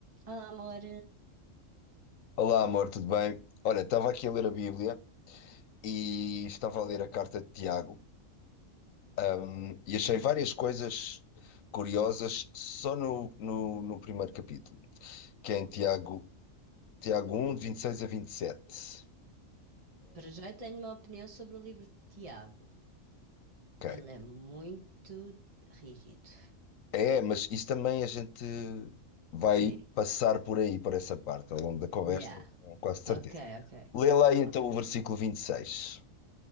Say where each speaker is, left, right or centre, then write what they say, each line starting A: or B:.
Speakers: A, on the right; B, on the left.
A: Olá, amor.
B: Olá, amor, tudo bem? Olha, estava aqui a ler a Bíblia e estava a ler a carta de Tiago, hum, e achei várias coisas curiosas só no, no, no primeiro capítulo, que é em Tiago, Tiago 1, de 26 a 27.
A: Para já eu tenho uma opinião sobre o livro de Tiago.
B: Ok.
A: Ele é muito rígido.
B: É, mas isso também a gente vai
A: Sim.
B: passar por aí, por essa parte, ao longo da conversa,
A: Yeah.
B: com quase certeza.
A: Ok, ok.
B: Lê lá
A: Tá
B: aí,
A: bom.
B: então o versículo vinte E seis